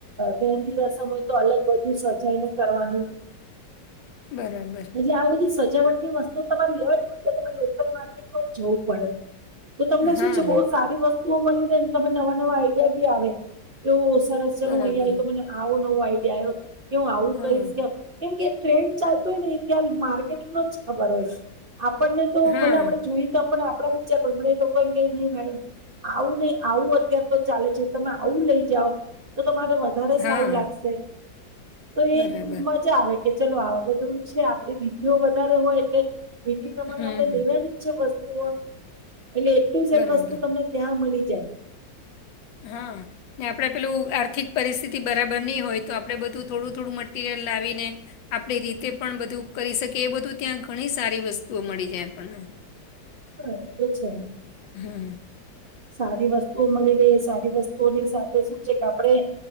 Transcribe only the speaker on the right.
મહેંદી રસમ હોય તો અલગ બધું સજાઈ ને કરવાનું.
એટલે આ બધી સજાવટ ની વસ્તુઓ તમારે લેવા જઉ હોય તો તમારે લોકલ માર્કેટમાં જવું પડે. તો તમને
શું છે બહુ સારી વસ્તુઓ મળી રહેે ને તમે નવા નવા આઈડિયા બી આવે એવુ સરસ ચલો
હું અહીંયા આઈ તો મને આવો નવો આઈડિયા આવ્યો કે હું આવું
કહીશ કે કેમ કે ટ્રેન્ડ ચાલતો હોય ને એ ત્યા માર્કેટ નું જ ખબર હોય આપણને તો
ભલે આપડે જોયું તો આપણે પણ આપણા બિચારા પણ પણ એ લોકો એમ કે નહી મેડમ આવું નહી આવું અત્યારે તો ચાલે છે તમે આવું લઈ જાઓ તો તમારે વ વધારે
સારું લાગશે. તો
એ મજા આવે કે ચલો આવા બધું છે આપણી વિધિઓ વધારે હોય એટલે વિધિ પ્રમાણે
આપણે લેવાની જ છે વસ્તુઓ એટલે એ ટુ ઝેડ
વસ્તુ તમને ત્યાં મળી જાય <inaudible>
હ એ તો છે.
સારી વસ્તુઓ મળી રહે સારી વસ્તુઓની સાથે શું છે કે આપડે